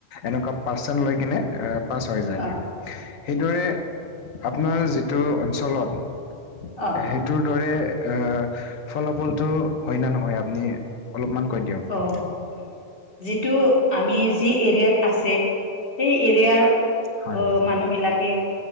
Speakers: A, on the left; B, on the left.
A: এনেকুৱা পাৰ্চেণ্ট লৈ কিনে আহ পাছ হৈ যায়
B: অ
A: সেইদৰে আপোনাৰ যিটো অঞ্চলত
B: অ
A: সেইটোৰ দৰে এ ফলাফলতটো হয় ন নহয় আপুনি অলপমান কৈ দিয়ক?
B: অ যিটো আমি যি এৰিয়াত আছে সেই এৰিয়াৰ
A: হয়
B: অ মানুহ বিলাকে